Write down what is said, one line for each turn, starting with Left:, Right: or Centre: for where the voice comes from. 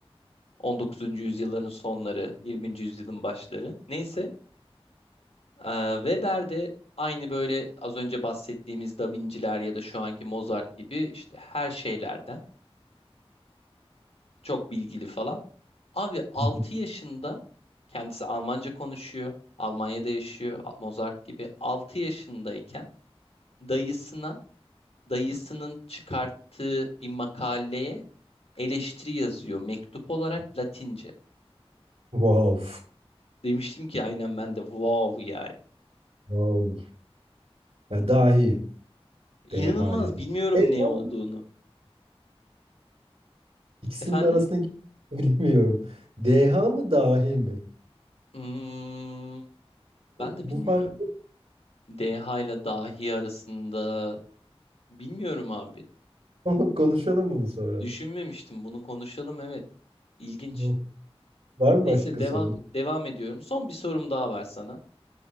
Left: 19. yüzyılların sonları, 20. yüzyılın başları. Neyse. Ee, Weber de aynı böyle az önce bahsettiğimiz Da Vinci'ler ya da şu anki Mozart gibi işte her şeylerden çok bilgili falan. Abi 6
Right: <laughs>
Left: yaşında kendisi Almanca konuşuyor. Almanya'da yaşıyor Mozart gibi. altı yaşındayken dayısına, dayısının çıkarttığı bir makaleye eleştiri yazıyor mektup olarak Latince.
Right: Wow.
Left: Demiştim ki aynen ben de wow yani.
Right: Wow. Ya dahi.
Left: İnanılmaz
Right: DH ya da.
Left: bilmiyorum
Right: Evet,
Left: ne
Right: ama
Left: olduğunu.
Right: İkisinin
Left: Efendim?
Right: arasındaki <laughs> bilemiyorum. DH mı dahi mi?
Left: Hmm, ben de
Right: Bu
Left: bilmiyorum.
Right: farkı
Left: DH ile dahi arasında bilmiyorum abi.
Right: <laughs> konuşalım bunu sonra.
Left: Düşünmemiştim. Bunu konuşalım evet. İlginç.
Right: Yok. Var mı
Left: Neyse
Right: başka
Left: devam
Right: sorun?
Left: devam ediyorum. Son bir sorum daha var sana.